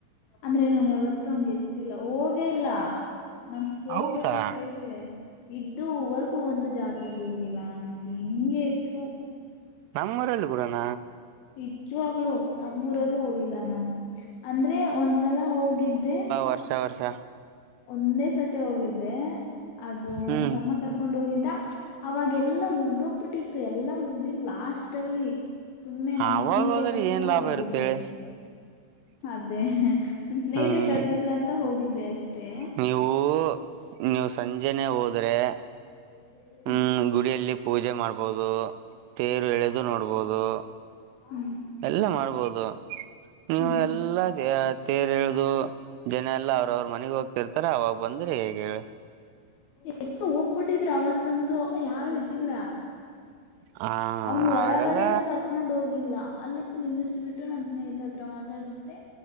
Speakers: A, on the left (about 75°); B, on the right (about 85°).
A: ಅಂದ್ರೆ ನನ್ ಯಾವತ್ತು ಹಂಗೆ ಎಸ್ತೀದಿಲ್ಲಾ ಹೋಗೇಲ್ಲಾ ನನ್ ಹೋಗ್ಬೇಕಾದ್ದೈತೆ.
B: ಹೌದಾ
A: ಇದ್ದುವರ್ಗೂ ಒಂದು ಜಾತ್ರೆಗು ಹೋಗಿಲ್ಲ ನಾನ್ ಅದ ಹೆಂಗೆತ್ತು.
B: ನಮ್ಮ್ಊರಲ್ಲಿ ಬಿಡೋಣ.
A: ನಿಜ್ಜವಾಗ್ಲು ನಮ್ಮೂರಲ್ಲೂ ಹೋಗಿಲ್ಲಾ ನಾನು ಅಂದ್ರೆ ಒಂದ್ಸಲಾ ಹೋಗಿದ್ದೆ.
B: ವರ್ಷಾ ವರ್ಷಾ
A: ಒಂದೇ ಸತೆ ಹೋಗಿದ್ದೆ ಅದು
B: ಹ್ಮ್
A: ನಮ್ಮ ತಮ್ಮ ಕರ್ಕೊಂಡ ಹೋಗಿದ್ದಾ. ಅವಾಗೆಲ್ಲಾ ಮುಗ್ದೋಗ್ಬಿಟ್ಟಿತ್ತು ಎಲ್ಲಾ ಮುಗ್ದಿತ್ತು ಲಾಸ್ಟ್ ಅಲ್ಲಿ. ಸುಮ್ನೆ ನಮ್ಮ
B: ಅವಾಗ
A: ಸ್ನೇಹಿತೆಗೋಸ್ಕರಾ
B: ಹೋದ್ರೆ ಏನ್ ಲಾಭ
A: ಹೋಗಿದ್ದೆ.
B: ಇರುತ್ತೆ ಹೇಳಿ
A: ಅದೇ ಸ್ನೇಹಿತೆ
B: ಹ್ಮ್
A: ಕರ್ದಿಲ್ಲ ಅಂತ ಹೋಗಿದ್ದೆ ಅಷ್ಟೇ.
B: ನೀವು ನೀವು ಸಂಜೆನೇ ಹೋದ್ರೆ.
A: ಯಾಕ್ ಬೈದೆ.
B: ಹು ಗುಡಿಯಲ್ಲಿ ಪೂಜೆ ಮಾಡ್ಬಹುದು ತೇರು ಎಳೆದು ನೋಡ್ಬಹುದು.
A: ಹು.
B: ಎಲ್ಲ ಮಾಡ್ಬೋದು ನೀವು
A: ಹ್ಮ್
B: ಎಲ್ಲ ತೆ ತೇರ್ ಏಳಿದು ಜನಾ ಎಲ್ಲ ಅವ್ರ ಅವ್ರ ಮನೆಗ ಹೋಗ್ತಿರ್ತಾರೆ ಅವಾಗ ಬಂದ್ರ ಹೇಗೆ. ಹೇಳಿ
A: ಎಲಡ್ರು ಹೋಗ್ಬಿಟ್ಟಿದ್ರು ಅವತ್ತಂತೂ ಯಾರು ಇದಿಲ್ಲಾ.
B: ಹ
A: ಅವನು ಒಳಗಡೆನೂ
B: ಆಗಲ್ಲ
A: ಕರ್ಕೊಂಡ ಹೋಗಿಲ್ಲಾ ಅಲ್ಲೇ ನಿಲ್ಲಿಸ ಬಿಟ್ಟು ನನ್. ಸ್ನೇಹಿತ ಹತ್ರ ಮಾತಾಡಿಸ್ದೆ